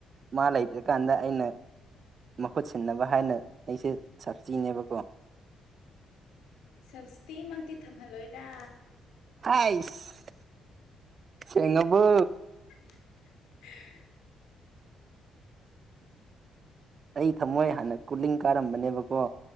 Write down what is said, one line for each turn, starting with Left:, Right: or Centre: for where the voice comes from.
Right: ꯃꯥ ꯂꯩꯇ꯭ꯔꯀꯥꯟꯗ ꯑꯩꯅ ꯃꯍꯨꯠ ꯁꯤꯟꯅꯕ ꯍꯥꯏꯅ ꯑꯩꯁꯦ ꯁꯞꯇꯤꯅꯦꯕꯀꯣ
Left: ꯁꯞꯁꯇꯤꯃꯛꯇꯤ ꯊꯝꯍꯜꯂꯣꯏꯗ
Right: ꯍꯩꯁ ꯁꯦꯡꯉꯕꯣ
Left: <inaudible>
Right: ꯑꯩ ꯊꯝꯃꯣꯏ ꯍꯥꯟꯅ ꯀꯨꯂꯤꯡ ꯀꯥꯔꯝꯕꯅꯦꯕꯀꯣ